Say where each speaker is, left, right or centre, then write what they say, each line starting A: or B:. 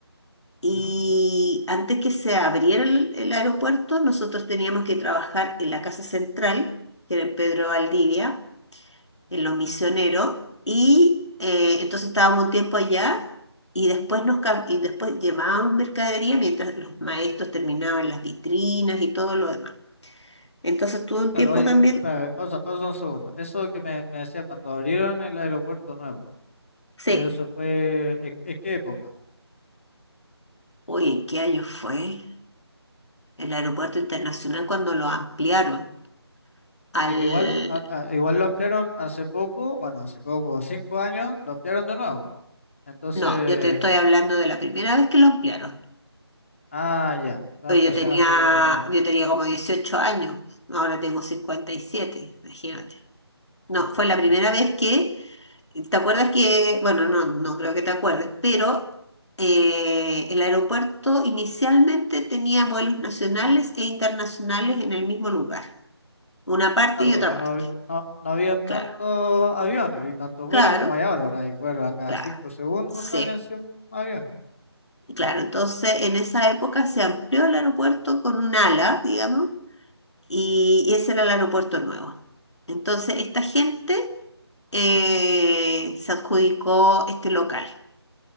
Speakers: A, on the left; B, on the left.
A: Y
B: Ujú.
A: antes que se abriera el, el aeropuerto, nosotros teníamos que trabajar en la Casa Central, que era en Pedro Valdivia, en Los Misioneros, y eh, entonces estábamos un tiempo allá y después, nos, cam- y después llevábamos mercadería mientras los maestros terminaban las vitrinas y todo lo demás. Entonces tuve un
B: Claro,
A: tiempo
B: oye,
A: también,
B: eh, espera, pausa, pausa un segundo. Eso que me, me decía cuando abrieron el aeropuerto nuevo,
A: sí,
B: pero eso fue, ¿en, en qué época?
A: oye, ¿en qué año fue? El aeropuerto internacional cuando lo ampliaron al...
B: Es que igual, a- a- igual lo ampliaron hace poco, bueno, hace poco, cinco años, lo ampliaron de nuevo. Entonces,
A: No, yo te estoy hablando de la primera vez que lo ampliaron.
B: ah, ya, fue
A: Oye,
B: ampliación
A: Yo tenía,
B: hace como...
A: yo tenía como 18 años, ahora tengo cincuenta y siete imagínate. No,
B: chuta,
A: fue la primera
B: ya.
A: vez que, ¿te acuerdas que, bueno, no, no creo que te acuerdes, pero eh, el aeropuerto inicialmente tenía vuelos nacionales e internacionales en el mismo lugar, una parte
B: Claro,
A: y
B: porque
A: otra
B: no,
A: parte.
B: hab- no, no había tantos
A: Claro,
B: aviones y tantos
A: claro,
B: vuelos como hay ahora. Ahora hay vuelos a cada
A: claro.
B: cinco segundos,
A: Sí,
B: salen 100 aviones.
A: claro. Entonces, en esa época se amplió el aeropuerto con un ala, digamos y ese era el aeropuerto nuevo. Entonces, esta gente eh, se adjudicó este local.